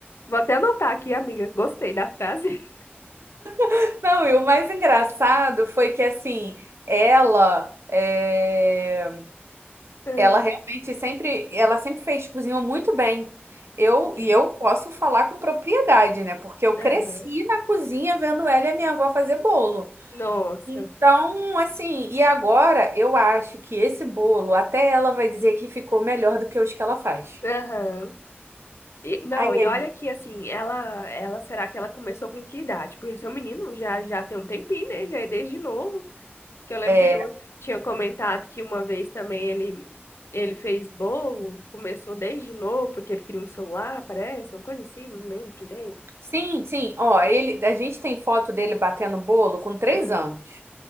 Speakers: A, on the left; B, on the right.
A: Vou até anotar aqui, amiga. Gostei da frase. <laughs>
B: <laughs> Não, e o mais engraçado foi que assim, ela, é,
A: Hum,
B: ela realmente sempre, ela sempre fez cozinha muito bem. Eu
A: Sim.
B: e eu posso falar com propriedade, né? Porque eu
A: Aham.
B: cresci na cozinha vendo ela e a minha avó fazer bolo.
A: Nossa.
B: Então, assim, e agora eu acho que esse bolo, até ela vai dizer que ficou melhor do que os que ela faz.
A: Aham. E- não,
B: Aí
A: e
B: ele.
A: olha que assim, ela, ela será que ela começou com que idade? Porque seu menino já já tem um tempinho, né? Já é desde novo. Que eu lembro
B: eh,
A: que tu tinha comentado que uma vez também ele ele fez bolo, começou desde novo porque ele queria um celular, parece, uma coisa assim, não lembro direito.
B: Sim, sim. Ó, ele, a gente tem foto dele batendo bolo com três
A: Ah,
B: anos.